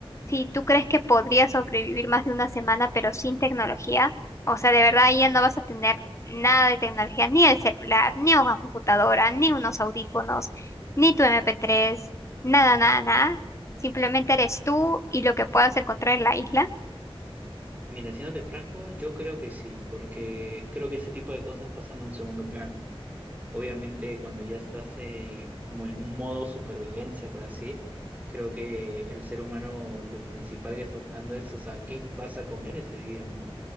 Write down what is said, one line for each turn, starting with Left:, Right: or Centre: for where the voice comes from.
Left: si tú crees que podrías sobrevivir más de una semana pero sin tecnología? O sea, de verdad ahí ya no vas a tener nada de tecnología, ni el celular, ni una computadora, ni unos audífonos, ni tu MP3, nada, nada, nada. Simplemente eres tú y lo que puedas encontrar en la isla.
Right: Mira, siéndote franco, yo creo que sí, porque creo que ese tipo de cosas pasan a un segundo plano. Obviamente, cuando ya estás eh, como en un modo supervivencia, por así, creo que el ser humano lo principal que está buscando es, o sea, qué vas a comer ese día, ¿no?